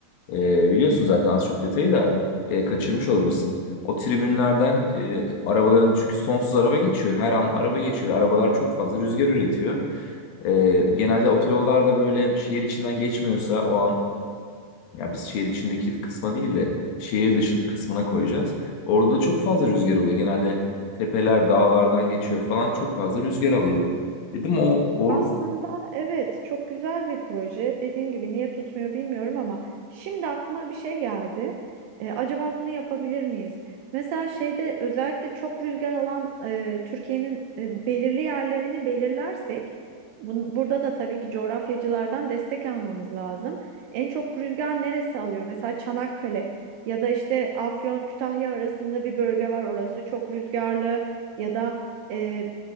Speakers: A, on the left; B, on the right.
A: E, biliyorsun zaten az çok detayı da e, kaçırmış olabilirsin. O tribünlerden e, arabaların çünkü sonsuz araba geçiyor. Her an araba geçiyor. Arabalar çok fazla rüzgar üretiyor. E, genelde otoyollarda böyle şehir içinden geçmiyorsa o an ya biz şehir içindeki kısma değil de şehir dışı kısmına koyacağız. Orada da çok fazla rüzgar oluyor. Genelde tepeler dağlardan geçiyor falan çok fazla rüzgar alıyor. Dedim o, o
B: Aslında evet çok güzel bir proje. Dediğim gibi niye tutmuyor bilmiyorum ama şimdi aklıma bir şey geldi. E, acaba bunu yapabilir miyiz? Mesela şeyde özellikle çok rüzgar alan e, Türkiye'nin e, belirli yerlerini belirlersek bun- burada da tabii ki coğrafyacılardan destek almamız lazım. En çok rüzgar neresi alıyor? Mesela Çanakkale ya da işte Afyon Kütahya arasında bir bölge var. Orası çok rüzgarlı ya da e,